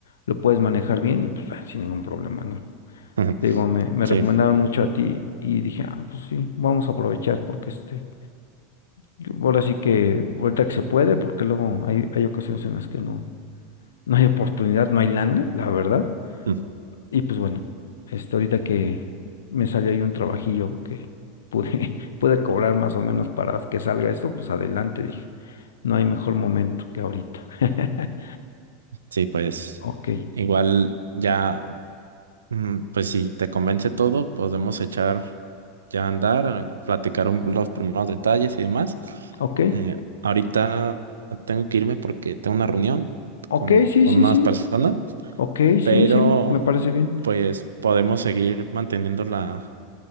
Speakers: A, on the left; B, on the right.
A: lo puedes manejar bien y pues ah, sin ningún problema, ¿no?
B: <laughs>
A: Te Digo, me, me
B: Sí,
A: recomendaron mucho a ti y dije, ah, pues sí, vamos a aprovechar porque este, yo- ahora sí que, ahorita que se puede, porque luego hay, hay ocasiones en las que no, no hay oportunidad, no hay lana, la verdad.
B: mm,
A: Y pues bueno, este, ahorita que me salió ahí un trabajillo que pude, <laughs> pude cobrar más o menos para que salga esto, pues adelante, dije, no hay mejor momento que ahorita. <laughs>
B: sí, pues
A: Ok,
B: igual ya. Mm, Pues si te convence todo, podemos echar ya a andar, eh, platicar un- los primeros detalles y demás.
A: ok,
B: Eh, ahorita tengo que irme porque tengo una reunión
A: ok,
B: con,
A: sí,
B: con
A: sí,
B: unas
A: sí,
B: personas,
A: ok, sí,
B: pero
A: sí, me parece bien.
B: pues podemos seguir manteniendo la,